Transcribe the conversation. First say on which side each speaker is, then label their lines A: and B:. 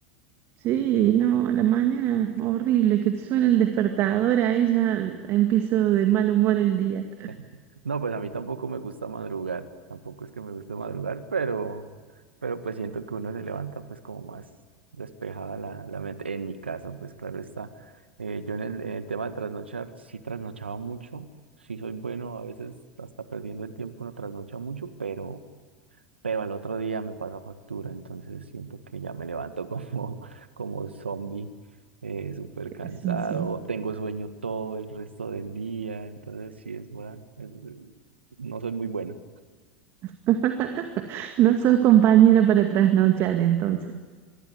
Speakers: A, on the right; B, on the right.
A: Sí, no, la manera horrible que te suena el despertador a ella, empiezo de mal humor el día.
B: <laughs> No, pues a mí tampoco me gusta madrugar, tampoco es que me guste madrugar, pero, pero pues siento que uno se levanta pues como más despejada la, la mente. En mi caso, pues claro está. Eh, yo en el, en el tema de trasnochar, sí trasnochaba mucho, sí soy bueno, a veces hasta perdiendo el tiempo no trasnocha mucho, pero pero al otro día me paga factura, entonces siento que ya me levanto como, <laughs> como zombie, eh, súper cansado,
A: Eso sí.
B: tengo sueño todo el resto del día, entonces sí es bueno, es- no soy muy bueno.
A: <laughs> No sos compañera para trasnochar entonces.